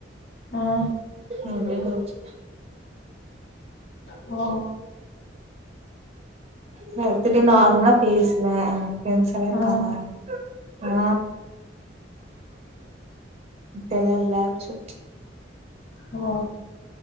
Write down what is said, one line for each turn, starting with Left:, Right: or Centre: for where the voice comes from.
Left: <unintelligible> அ
Right: அப்டின்னு சொல்ச்சீ
Left: ஓ
Right: எல்லாத்துட்டயு நார்மலா பேசுவே ஃப்ரெண்ஸ்ல்லா இருக்காங்க
Left: ஆ
Right: ஆ அப்டில்லா இல்ல அப்டி சொல்ச்சீ
Left: ஓ